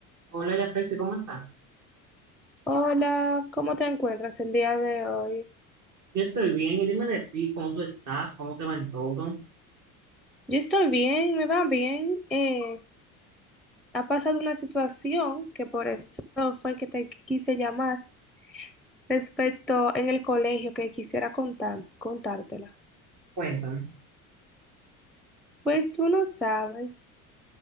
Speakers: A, on the right (about 40°); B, in the centre.
A: Hola, Yafesi, ¿cómo estás?
B: Hola, ¿cómo te encuentras el día de hoy?
A: Yo estoy bien, y dime de ti, ¿cómo tú estás? ¿Cómo te va en todo?
B: Yo estoy bien, me va bien. Eh, ha pasado una situación que por eso fue que te quise llamar respecto en el colegio que quisiera contar- contártela.
A: Cuéntame.
B: Pues tú no sabes